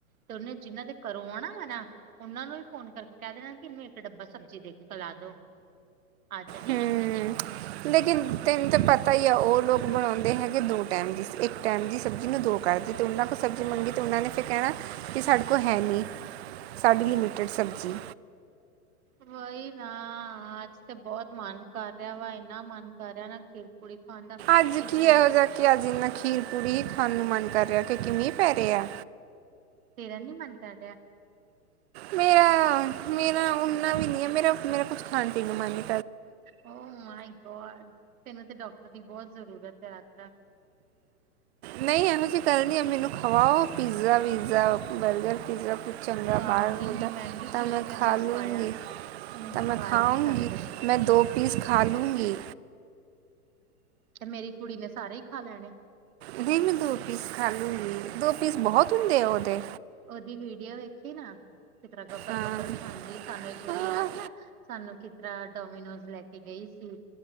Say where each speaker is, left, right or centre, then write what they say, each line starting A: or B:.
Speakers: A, on the right; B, on the right.
A: ਤੇ ਔਨੇ, ਜਿਹਨਾਂ ਦੇ ਕਰੋਂ ਆਉਣਾ ਹੈਣਾ। ਉਹਨਾਂ ਨੂੰ ਵੀ ਫੋਨ ਕਰਕੇ ਕਹਿ ਦੇਣਾ, ਕਿ ਇਹਨੂੰ ਇੱਕ ਡੱਬਾ ਸਬਜ਼ੀ ਦੇ ਕੇ ਖਲਾ ਦੋ, ਅੱਛਾ ਜੀ।
B: ਹੂੰ ਲੇਕਿਨ ਤੈਨੂੰ ਤਾਂ ਪਤਾ ਹੀ ਆ, ਉਹ ਲੋਕ ਬਣਾਉਂਦੇ ਹੈਗੇ ਦੋ ਟਾਈਮ ਦੀ, ਇੱਕ ਟਾਈਮ ਦੀ ਸਬਜ਼ੀ ਨੂੰ ਦੋ ਘਰ ਦੇ ਤੇ ਉਹਨਾਂ ਕੋਲ ਸਬਜ਼ੀ ਮੰਡੀ, ਤੇ ਉਹਨਾਂ ਨੇ ਤੇ ਕਹਿਣਾ, ਵੀ ਸਾਡੇ ਕੋਲ ਹੈ ਨਹੀਂ। ਸਾਡੀ ਲਿਮਿਟਿਡ ਸਬਜ਼ੀ।
A: ਵਹੀ ਨਾ, ਅੱਜ ਤੇ ਬਹੁਤ ਮਨ ਕਰ ਰਿਹਾ ਵਾ, ਇੰਨਾ ਮਨ ਕਰ ਰਿਹਾ ਨਾ, ਕਿ ਕੁੜੀ ਪਾਦਾ
B: ਅੱਜ
A: ਇਧਰ
B: ਕੀ ਇਹੋ
A: ਹੀ <unintelligible>
B: ਜਿਹਾ ਕਿ ਅੱਜ ਇੰਨਾ ਖੀਰ ਪੂੜੀ ਹੀ ਖਾਣ ਨੂੰ ਮਨ ਕਰ ਰਿਹਾ। ਕਿ ਮੀਂਹ ਪੈ ਰਿਹਾ ਆ?
A: ਤੇਰਾ ਨੀ ਮੰਨ ਕਰ ਰਿਹਾ।
B: ਮਰਾ ਮੇਰਾ ਉਨਾ ਵੀ ਨਹੀਂ ਹੈ, ਮੇਰਾ ਮੇਰਾ ਕੁਛ ਥਾਂਣ ਤੇ ਮਨ ਨੀ।
A: ਉਹ ਮਾਈ ਗੋਡ, ਤੈਨੂੰ ਤੇ ਡਾਕਟਰ ਦੀ ਬਹੁਤ ਜ਼ਰੂਰਤ ਹੈੱ, ਆਸਥਾ।
B: ਨਹੀਂ ਔ ਨੂ ਕੀ ਕਰਨੀ ਆ, ਮੈਨੂੰ ਖਵਾਓ ਪੀਜ਼ਾ ਵੀਜ਼ਾ ਬਰਗਰ ਪੀਜ਼ਾ, ਕੁਛ ਚੰਰਾ
A: ਵਾਹ
B: ਬਾਹਰ
A: ਇੰਨੀ
B: ਹੁੰਦਾ,
A: ਮਹਿੰਗੀ
B: ਤਾਂ
A: ਚੀਜ਼
B: ਮੈਂ
A: ਤੇ ਹੱਥ
B: ਖਾ ਲੂੰਗੀ,
A: ਪਾਇਆ ਤੇ
B: ਤਾਂ ਮੈਂ
A: ਖਵਾ
B: ਖਾਉਂਗੀ।
A: ਹੀ ਨਹੀਂ ਸਕਦੇ
B: ਮੈਂ ਦੋ ਪੀਸ ਖਾ ਲੂੰਗੀ।
A: ਤੇ ਮੇਰੀ ਕੁੜੀ ਨੇ ਸਾਰੇ ਹੀ ਖਾ ਲੈਣੇ।
B: ਨਹੀਂ ਮੈਂ ਦੋ ਪੀਸ ਖਾਲੂਗੀ, ਦੋ ਪੀਸ ਬਹੁਤ ਹੁੰਦੇ ਆ ਔ ਦੇ।
A: ਉਹ ਓਦੀ ਵੀਡੀਓ ਵੇਖੀ ਨਾ, ਕਿਸ ਤਰ੍ਹਾਂ ਗੱਪਰ
B: ਹਾਂ
A: ਗੱਪਰ ਖਾਂਦੀ, ਸਾਨੂੰ ਇੱਕ ਵਾਰੀ
B: ਹਾਂ
A: ਯਾਦ ਆ ਸਾਨੂੰ ਕਿਸ ਤਰ੍ਹਾਂ ਡੋਮੀਨੋਜ ਲੈ ਕੇ ਗਈ ਸੀ,